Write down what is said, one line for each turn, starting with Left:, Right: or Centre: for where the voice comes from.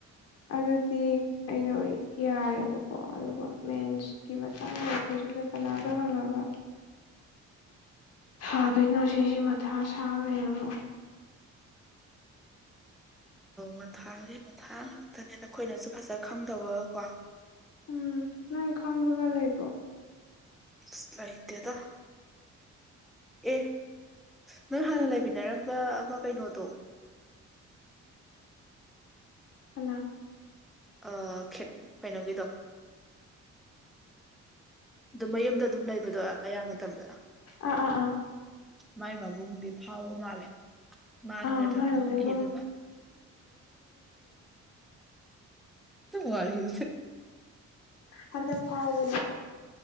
Left: ꯑꯗꯨꯗꯤ ꯑꯩꯗꯣ ꯌꯥꯔꯦꯕꯀꯣ ꯑꯗꯨꯒ ꯃꯦꯟꯁꯀꯤ ꯃꯇꯥꯡ ꯑꯣꯏꯔꯄꯁꯨ ꯑꯗꯨꯗ ꯀꯅꯥꯗꯣ ꯍꯪꯉꯒ
Centre: <inaudible>
Left: ꯊꯥꯗꯣꯏꯅꯣ ꯁꯤꯁꯤ ꯃꯊꯥ ꯁꯥ ꯂꯩꯔꯕꯣ
Centre: ꯃꯊꯥꯒꯤ ꯃꯊꯥ ꯉꯥꯛꯇꯅꯦ ꯅꯈꯣꯏꯅꯁꯨ ꯐꯖ ꯈꯪꯗꯔꯒꯀꯣ
Left: ꯎꯝ ꯅꯪ ꯈꯪꯕꯒ ꯂꯩꯕ꯭ꯔꯣ
Centre: ꯁꯥꯍꯤꯇꯗ ꯑꯦ ꯅꯪ ꯍꯥꯟꯅ ꯂꯩꯃꯤꯟꯅꯔꯝꯕ ꯑꯃ ꯀꯩꯅꯣꯗꯣ <inaudible>
Left: ꯀ
Centre: ꯑ ꯀꯩꯅꯣꯒꯤꯗꯣ ꯑꯗꯨ ꯃꯌꯨꯝꯗ ꯑꯗꯨꯝ ꯂꯩꯕꯗꯣ ꯑꯌꯥꯝꯕ ꯃꯇꯝꯗ
Left: ꯑꯥ ꯑꯥ ꯑꯥ
Centre: ꯃꯥꯏ ꯃꯕꯨꯡꯗꯤ ꯐꯥꯎꯕ ꯃꯥꯜꯂꯦ ꯃꯥꯁꯇꯌꯥ
Left: ꯑꯥ
Centre: ꯆꯠ
Left: ꯃꯥꯏ
Centre: ꯈꯪꯈꯤꯗꯒ
Left: ꯃꯕꯨꯡꯗꯣ
Centre: ꯋꯥꯔꯤꯁꯦ
Left: ꯍꯥꯏꯗꯔ ꯐꯒ